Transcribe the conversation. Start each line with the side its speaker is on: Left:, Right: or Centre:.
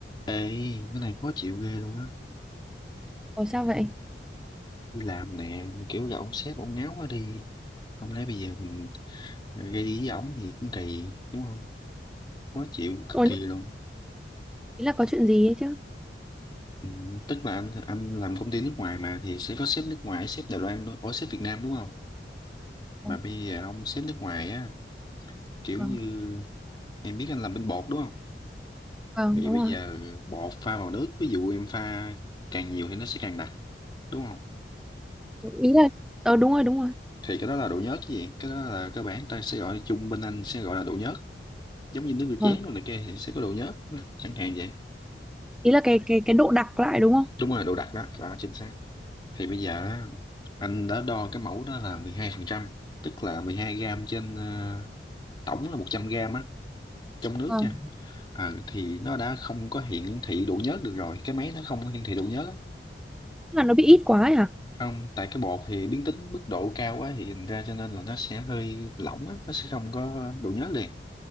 Left: Ê, cái này khó chịu ghê luôn á.
Centre: Ủa sao vậy?
Left: Đi làm nè, mà kiểu gặp ông sếp, ông ngáo quá đi. Không lẽ bây giờ mình gây ý với ổng thì cũng kỳ, đúng không? Khó chịu, cực
Centre: Ủa
Left: kỳ
Centre: nhưng
Left: luôn.
Centre: ý là có chuyện gì ấy chứ?
Left: Ừ, tức là anh anh làm công ty nước ngoài mà thì sẽ có sếp nước ngoài, sếp Đài Loan, đó, ủa sếp Việt Nam đúng không?
Centre: Vâng,
Left: Mà bây giờ ông sếp nước ngoài á, kiểu
Centre: vâng,
Left: như em biết anh làm bên bột đúng không?
Centre: vâng,
Left: Thì
Centre: đúng
Left: bây
Centre: rồi.
Left: giờ bột pha vào nước, ví dụ em pha càng nhiều thì nó sẽ càng đặc, đúng không?
Centre: Ý là ờ đúng rồi, đúng rồi.
Left: Thì cái đó là độ nhớt chứ gì? Cái đó là cơ bản ta sẽ gọi chung bên anh sẽ gọi là độ nhớt. giống như nước rửa
Centre: Vâng.
Left: chén rồi này kia thì sẽ có độ nhớt chẳng hạn vậy
Centre: Ý là cái cái cái độ đặc lại đúng không?
Left: đúng rồi độ đặc đó đó chính xác thì bây giờ á, anh đã đo cái mẫu đó là 12 phần trăm tức là 12 gram trên ờ, tổng là 100 gram á trong nước
Centre: Vâng.
Left: nha Ờ, thì nó đã không có hiển thị độ nhớt được rồi cái máy nó không có hiển thị độ nhớt á.
Centre: Tức là nó bị ít quá ấy hả?
Left: không tại cái bột thì biến tính mức độ cao quá thì thành ra cho nên là nó sẽ hơi lỏng á nó sẽ không có độ nhớt liền